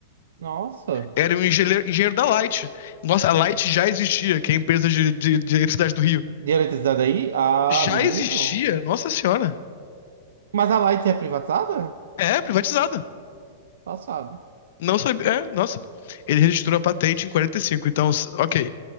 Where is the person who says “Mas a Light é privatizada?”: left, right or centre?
Right